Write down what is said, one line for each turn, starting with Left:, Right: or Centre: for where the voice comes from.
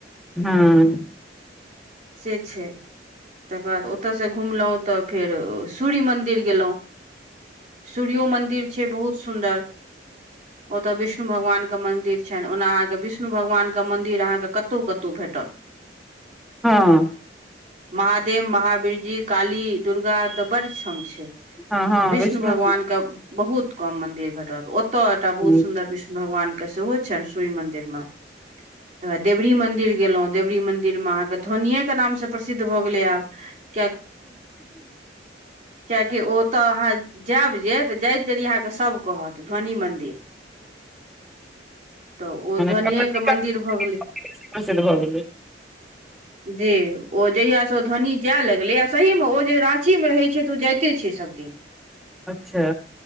Centre: हँ।
Right: से छै। तकर बाद ओतयसँ घुमलहुँ तऽ फेर सूर्य मन्दिर गेलऊ सूर्य मन्दिर छै, बहुत सुन्दर।
Centre: <inaudible>
Right: ओतय विष्णु भगवानक मन्दिर छनि, ओना अहाँके विष्णु भगवानक मन्दिर कतहु कतौ भेटत।
Centre: हँ।
Right: महादेव, महावीरजी, काली, दुर्गा तऽ बड़ क्षेम छै।
Centre: हँ हँ
Right: विष्णु
Centre: वैष्णो
Right: भगवानके। बहुत कम मंदिर भेटत ओतअ एकटा बहुत
Centre: ओ
Right: सुन्दर विष्णु भगवान सेहो छेन स्वी मंदिर मे तऽ देवरी मंदिर गेलउ देवरी मंदिर मे अहाँ के धोनिया के नाम से सिद्ध भऽ गेलै आब कियाकि कियकि ओ तऽ अहाँ जायब जे तऽ जाइत देरि अहाँके सभ कहत ध्वनि मन्दिर तऽ ओ
Centre: मने
Right: ध्वनिएके
Centre: भगवती
Right: मन्दिर
Centre: कात
Right: भऽ गेलै
Centre: से प्रसिद्ध भऽ गेलै
Right: जी ओ जहिया से धोनि जाय लगलै आ सही मे ओ जे राची मे रहै छै तऽ ओ जाइते छै सबदिन
Centre: अच्छा